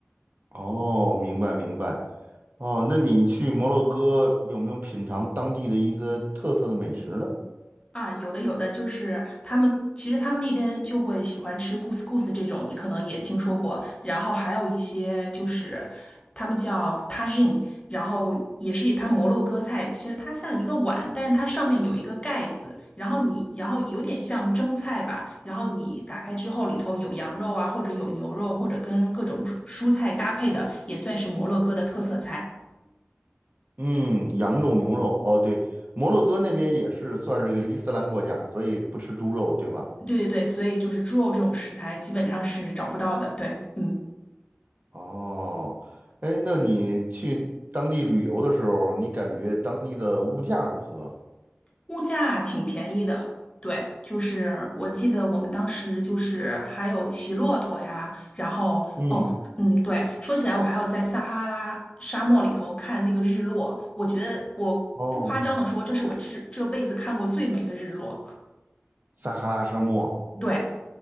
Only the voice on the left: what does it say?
啊，有的有的，就是他们其实他们那边就会喜欢吃 couscous 这种，你可能也听说过。然后还有一些就是他们叫 tagine，然后也是它摩洛哥菜，其实它像一个碗，但是它上面有一个盖子，然后你然后有点像蒸菜吧，然后你打开之后里头有羊肉啊，或者有牛肉，或者跟各种蔬蔬菜搭配的，也算是摩洛哥的特色菜。
对对对，所以就是猪肉这种食材基本上是找不到的。对，嗯。
物价挺便宜的，对，就是我记得我们当时就是还有骑骆驼呀，然后哦，
嗯，对，说起来我还有在撒哈拉沙漠里头看那个日落，我觉得我不夸张的说，
这是我这这辈子看过最美的日落。
对，